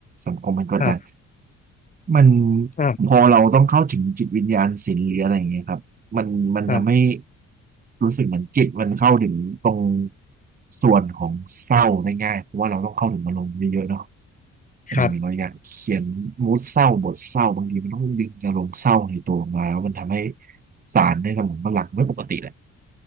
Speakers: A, on the right; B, on the left.
A: สังคมมันกดดัน
B: ครับ
A: มัน
B: ครับ
A: พอเราต้องเข้าถึงจิตวิญญาณศิลป์หรืออะไรอย่างเงี้ยครับมันมันทำให้
B: ครับ
A: รู้สึกเหมือนจิตมันเข้าถึงตรงส่วนของเศร้าได้ง่ายเพราะว่าเราต้องเข้าถึงอารมณ์เยอะๆเนาะ เออเราอยากเขียนมูดเศร้าบทเศร้าบางทีมันต้องดึงอารมณ์เศร้าในตัวออกมาแล้วมันทำให้
B: ครับ
A: สารในสมองมันหลั่งไม่ปกติแหละ